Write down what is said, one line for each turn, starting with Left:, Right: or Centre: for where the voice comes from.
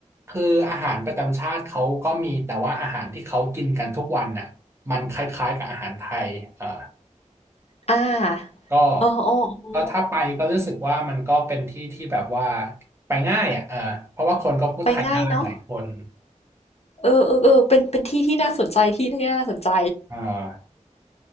Right: คืออาหารประจำชาติเขาก็มีแต่ว่าอาหารที่เขากินกันทุกวันน่ะมันคล้ายๆกับอาหารไทยเอ่อ
Left: อ่า
Right: ก็
Left: โอ้โอ้โอ้
Right: ก็ถ้าไปก็รู้สึกว่ามันก็เป็นที่ที่แบบว่าไปง่ายอ่ะเออเพราะว่าคนก็พูดไทยได้หลายคน
Left: ไปง่ายเนาะ เออเออเออเป็นเป็นที่ที่น่าสนใจที่ที่น่าสนใจ
Right: เออ